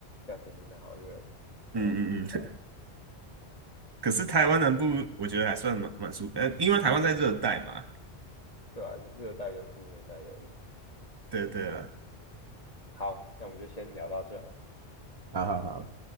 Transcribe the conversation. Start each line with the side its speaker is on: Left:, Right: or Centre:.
Left: 夏天真的好热，太阳很晒，
Right: 嗯嗯。<laughs> 可是台湾南部我觉得还算蛮蛮舒服，呃，因为台湾在热带嘛。
Left: 对啊，热带跟副热带都有。
Right: 对对了，
Left: 好，那我们就先聊到这。
Right: 好好好，